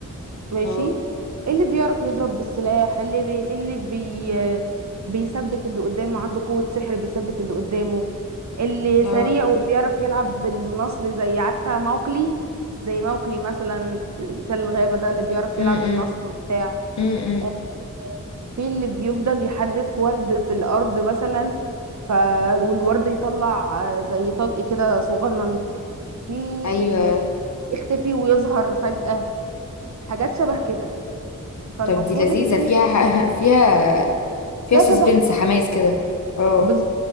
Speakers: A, on the right; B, on the left.
A: ماشي
B: اه
A: اللي بيعرف يضرب بالسلاح اللي بي... اللي بي... آه، بيثبت اللي قدامه عنده قوة سحر بيثبت اللي قدامه اللي
B: اه
A: سريع وبيعرف يلعب بالنصل زي عارفة موكلي زي موكلي مثلا مثل الغابة ده اللي بيعرف
B: امم
A: يلعب بالنصل وبتاع
B: امم
A: آه، بيه اللي بيفضل يحدف ورد في الأرض مثلا ف والورد يطلع آه، زي طلق كده صغنن في
B: ايوه
A: ال... يختفي ويظهر فجأة حاجات شبه كده فالمفروض
B: طب دي لذيذة
A: ان انت
B: فيها <laughs> فيها فيها
A: فيها
B: سسبنس
A: كذا ح...
B: حماس كده اه
A: بز...